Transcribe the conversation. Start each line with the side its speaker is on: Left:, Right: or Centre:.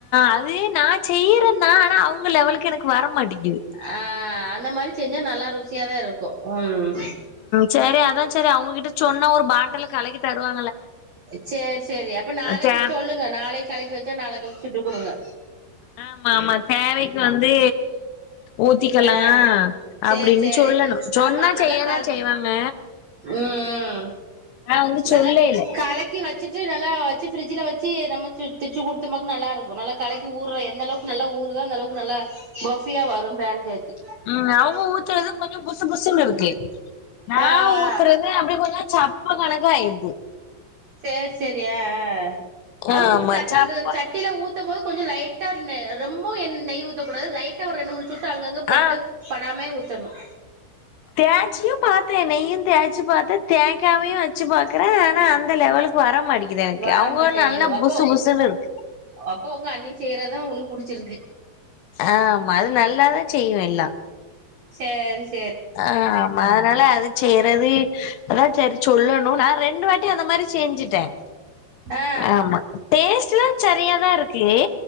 Left: அது நா செய்யறேனா ஆனா அவுங்க லெவலுக்கு எனக்கு வரமாட்டேங்கிது
Right: ஆ அந்த மாரி செஞ்சா நல்லா ருசியாதா இருக்கு ம்
Left: சேரி அதா சேரி அவங்ககிட்ட சொன்னா ஒரு பாட்டில கலக்கி தருவா
Right: சேரி சேரி அப்ப நாளைக்
Left: தே
Right: சொல்லுங்க நாளைக் கலக்கி வச்சா நாளைக் கழிச்சு சுட்டு குடுங்க
Left: ஆமா ஆமா தேவைக்கு வந்து ஊத்திக்கலா
Right: ஆ சேரி
Left: அப்படின்னு
Right: சேரி
Left: சொல்லணும் சொன்னா
Right: ஆமா நல்லா
Left: செய்யதா
Right: கல்
Left: செய்வாங்க
Right: ம் ம்
Left: ஆனா வந்து
Right: நல்லா
Left: சொல்லைல
Right: கலக் க்கி வச்சுட்டு நல்லா வச்சு ஃப்ரிட்ஜுல வச்சு நம்ம சு திச்சு குடுத்த மாக்கு நல்லாருக்கு நல்லா கலக்கி ஊற எந்த அளவுக் நல்லா ஊருதா அந்த அளவுக்கு நல்லா பஃபியா வரு பேன் கேக்கு
Left: ம் அவுங்க ஊத்துறது கொஞ்ச புசு புசுன்னு இருக்கு நா
Right: ஆ ஆ
Left: ஊத்துறது அப்டி கொஞ்ச சப்ப கணக்கா ஆயிருது
Right: சேரி சேரி அ அ அது
Left: ஆமா
Right: குத்
Left: சப்ப
Right: அந்த சட்டில ஊத்தம் போது கொஞ்சோ லைட் ட்டார்னு ரொம்போ எண் நெய் ஊத்தக் கூடாது லைட்டா ஒரு ரெண்டு மூணு சொட்டு அங்கங்க பட்டு
Left: ஆ
Right: படாமே ஊத்தணு
Left: தேய்ச்சியு பாத்தேன் நெய்யு தேய்ச்சி பாத்தே தேக்காமையு வச்சு பாக்குறே ஆனா அந்த லெவலுக் வர மாட்டிக்கிது எனக்கு
Right: வர
Left: அவுங்க
Right: மாட்டேங்குது
Left: நல்லா
Right: அப்போ
Left: புசு புசுன்னு இருக்கு
Right: அப்போ ஒங்க அண்ணி செய்யறதா ஒங்களுக்கு புடிச்சிருக்கு
Left: ஆ ஆமா அது நல்லாதா செய்யு எல்லா
Right: சேரி ஸ்
Left: ஆ ஆம் அதனால அது செய்யறது அதா சேரி சொல்லணு நா ரெண்டு வாட்டி அந்த மாரி செஞ்சுட்டே
Right: ஆ
Left: ஆமா டேஸ்ட் எல்லா சரியா தா இருக்கு